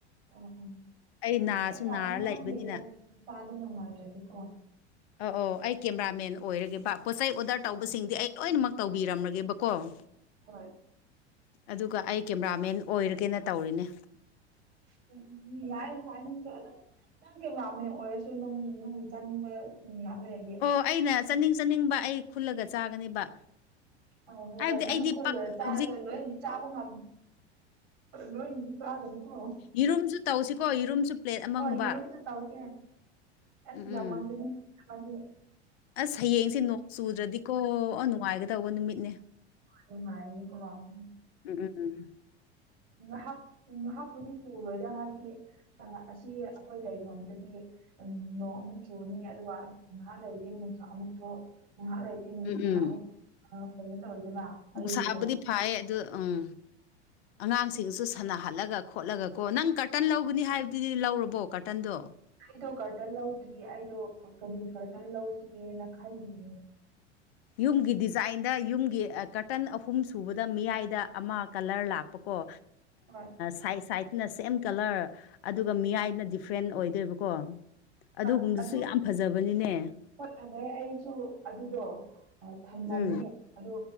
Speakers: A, on the right (about 65°); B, on the left (about 65°).
A: ꯑꯣ ꯑꯣ
B: ꯑꯩ ꯅꯥꯁꯨ
A: ꯍꯣꯏ ꯐꯔꯦꯅꯦ
B: ꯅꯥꯔ ꯂꯩꯕꯅꯤꯅ
A: ꯅꯪꯒꯤ ꯅꯁꯥꯗꯨ ꯅꯨꯡꯉꯥꯏꯇ꯭ꯔꯗꯤꯀꯣ
B: ꯑ ꯑꯣ ꯑꯩ ꯀꯦꯃꯦꯔꯥꯃꯦꯟ ꯑꯣꯏꯔꯒꯦꯕ ꯄꯣꯠꯆ ꯆꯩ ꯑꯣꯗꯔ
A: ꯑꯣ
B: ꯇꯧꯕꯁꯤꯡꯗꯤ
A: ꯎꯝ
B: ꯑꯩ ꯂꯣꯏꯅꯃꯛ ꯇꯧꯕꯤꯔꯝꯂꯒꯦꯕꯀꯣ
A: ꯍꯣꯏ
B: ꯑꯗꯨꯒ ꯑꯩ ꯀꯦꯃꯦꯔꯥꯃꯦꯟ ꯑꯣꯏꯔꯒꯦꯅ ꯇꯧꯔꯤꯅꯦ
A: ꯎꯝ ꯎꯝ ꯎꯝ ꯌꯥꯏ ꯍꫭꯏ ꯅꯪꯁꯨ ꯑꯗꯨꯝ ꯅꯪ ꯀꯦꯕꯥꯃꯦꯟ ꯑꯣꯏꯔꯁꯨ <unintelligible> ꯅꯪꯅ ꯆꯥꯅꯤꯡꯕ ꯃꯌꯥꯝ ꯂꯩ
B: ꯑꯣ ꯑꯩꯅ ꯆꯥꯅꯤꯡ ꯆꯥꯅꯤꯡꯕ ꯑꯩ ꯈꯨꯜꯂꯒ ꯆꯥꯒꯅꯦꯕ
A: ꯑꫭ ꯍꯣ
B: ꯍꯥꯏꯕꯗꯤ
A: ꯍꫭꯏ ꯅꯪꯅ
B: ꯑꯩꯗꯤ
A: ꯈꯨꯜꯂ
B: ꯄꯥꯛ
A: ꯆꯥꯔꯁꯨ
B: ꯍꯧꯖꯤꯛ
A: ꯂꯣꯏꯅ ꯆꯥꯕ ꯉꯝ ꯂꯣꯏꯅꯗꯤ ꯆꯥꯒꯅꯨꯀꫭ
B: ꯌꯦꯔꯨꯝꯁꯨ ꯇꯧꯁꯤꯀꯣ ꯌꯦꯔꯨꯝꯁꯨ ꯄ꯭ꯂꯦꯠ ꯑꯃꯒꯨꯝꯕ
A: ꯍꯣꯏ ꯌꯦꯔꯨꯝꯖꯨ ꯇꯥꯎꯔꯛꯀꯦ ꯑꯁ
B: ꯎꯝ
A: ꯌꯥꯝꯃꯟꯒꯅꯤ
B: ꯎꯝ
A: <unintelligible>
B: ꯑꯁ ꯍꯌꯦꯡꯁꯦ ꯅꯣꯡ ꯆꯨꯗ꯭ꯔꯗꯤꯀꯣ ꯅꯨꯡꯉꯥꯏꯒꯗꯧꯕ ꯅꯨꯃꯤꯠꯅꯦ
A: ꯅꯨꯡꯉꯥꯢꯅꯤꯒꯣ ꯑꯝ
B: ꯎꯝ ꯎꯝ ꯎꯝ ꯎꯝ
A: ꯉꯥꯏꯍꯥꯛ ꯉꯥꯏꯍꯥꯛꯄꯨꯗꯤ ꯆꯨꯔꯣꯏꯗ ꯍꯥꯏꯕꯗꯤ ꯑꯁꯤ ꯑꯩꯈꯣꯏ ꯂꯩꯐꯝꯗꯗꯤ ꯎꯝ ꯅꯣꯡ ꯑꯃꯨꯛ ꯆꯨꯅꯤ ꯑꯗꯨꯒ ꯉꯥꯏꯍꯥꯛ ꯂꯩꯔꯗꯤ ꯅꯨꯡꯁꯥ ꯑꯃꯨꯛ ꯊꯣꯛ ꯉꯥꯏꯍꯥꯛ ꯂꯩ ꯇꯤꯟ ꯅꯨꯡꯁꯥ
B: ꯎꯝ ꯎꯝ
A: ꯑꯃꯨꯛ ꯀꯩꯅꯣ ꯇꯧꯋꯤꯗꯅ ꯑꯗꯨꯗꯤꯀꯣ
B: ꯅꯨꯡꯁꯥꯕꯨꯗꯤ ꯐꯩꯌꯦ ꯑꯗꯨ ꯎꯝ ꯑꯉꯥꯡꯁꯤꯡꯁꯨ ꯁꯥꯟꯅꯍꯜꯂꯒ ꯈꯣꯠꯂꯒ ꯀꯣ ꯅꯪ ꯀꯥꯔꯇꯟ ꯂꯧꯒꯅꯤ ꯍꯥꯏꯕꯗꯨꯗꯤ ꯂꯧꯔꯕꯣ ꯀꯥꯔꯇꯟꯗꯣ
A: ꯑꯩꯗꯣ ꯀꯥꯔꯇꯟ ꯂꯧꯗ꯭ꯔꯤ ꯑꯩꯗꯣ ꯀꯔꯤ ꯀꯔꯇꯟ ꯂꯧꯁꯤꯒꯦꯅ ꯈꯥꯜꯂꯤꯅꯦ
B: ꯌꯨꯝꯒꯤꯗꯤ ꯆꯥꯏꯟꯗ ꯌꯨꯝꯒꯤ ꯀꯥꯔꯇꯟ ꯑꯍꯨꯝ ꯁꯨꯕꯗ ꯃꯤꯌꯥꯏꯗ ꯑꯃ ꯀꯂꯔ ꯂꯥꯛꯄꯀꯣ
A: ꯍꯣꯏ
B: ꯁꯥꯏꯠ ꯁꯥꯏꯠꯇꯅ ꯁꯦꯝ ꯀꯂꯔ ꯑꯗꯨꯒ ꯃꯤꯌꯥꯏꯅ ꯗꯤꯐ꯭ꯔꯦꯟ ꯑꯣꯏꯗꯣꯏꯕꯀꯣ
A: ꯍꯣꯏ
B: ꯑꯗꯨꯒꯨꯝꯕꯗꯨꯁꯨ
A: ꯑꯗꯨ
B: ꯌꯥꯝ ꯐꯖꯕꯅꯤꯅꯦ
A: ꯍꯣꯏ ꯐꯖꯩ ꯑꯩꯁꯨ ꯑꯗꯨꯗꯣ ꯑꯥ ꯊꯝꯃꯝꯃꯦ
B: ꯎꯝ
A: ꯑꯗꯣ